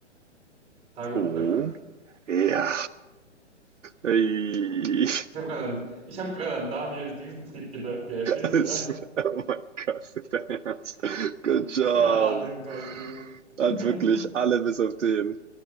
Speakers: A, on the right; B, on the right.
A: Dagobert
B: O,
A: Duck.
B: ja. Ey,
A: Ich habe gerade an, ich hab grad an Daniel Düsentrieb gedacht, der Erfinder.
B: oh
A: <laughs>
B: mein Gott, nicht dein Ernst. Good job.
A: Ich kenne alle anderen Charaktere.
B: Hat
A: <laughs>
B: wirklich alle bis auf den.